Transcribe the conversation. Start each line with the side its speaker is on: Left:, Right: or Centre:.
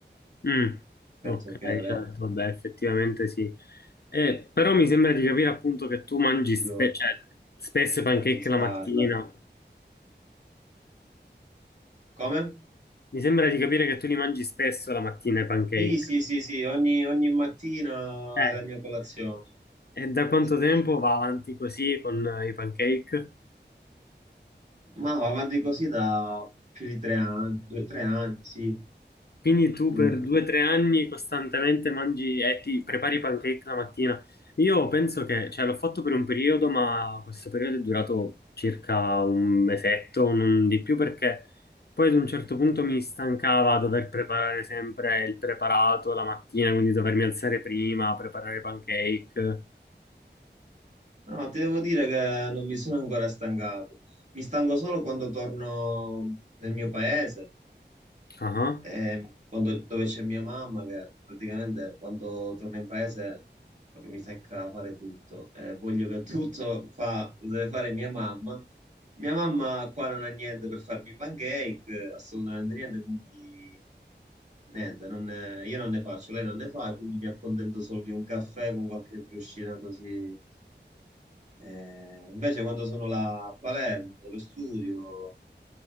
Left: Mm,
Right: rispetto
Left: ok,
Right: che è
Left: certo, vabbè, effettivamente sì. Eh, però mi sembra di capire appunto che tu mangi
Right: meglio
Left: spe- cioè, spesso
Right: di
Left: i pancake
Right: acquistarla.
Left: la mattina.
Right: Come?
Left: Mi sembra di capire che tu li mangi spesso la mattina i pancake.
Right: Sì, sì, sì, sì, ogni, ogni mattina
Left: Eh,
Right: è la mia colazione.
Left: e da quanto
Right: Sì.
Left: tempo va avanti così con eh, i pancake?
Right: Ma va avanti così da più di tre anni, due, tre anni, sì.
Left: Quindi tu
Right: Mm.
Left: per due o tre anni costantemente mangi e ti prepari i pancake la mattina. Io penso che, cioè, l'ho fatto per un periodo, ma questo periodo è durato circa un mesetto, non di più, perché poi ad un certo punto mi stancava dover preparare sempre il preparato la mattina, quindi dovermi alzare prima, preparare i pancake.
Right: No, ti devo dire che non mi sono ancora stancato. Mi stanco solo quando torno nel mio paese,
Left: Ah.
Right: eh, quando- dove c'è mia mamma, che praticamente quando torno in paese proprio mi secca a fare tutto. Eh, voglio che tutto fa, lo deve fare mia mamma Mia mamma qua non ha niente per farmi i pancake, assolutamente niente, quindi niente, non ne- io non ne faccio, lei non ne fa, quindi mi accontento solo di un caffè con qualche briochina così. Eh, invece quando sono là a Palermo, dove studio,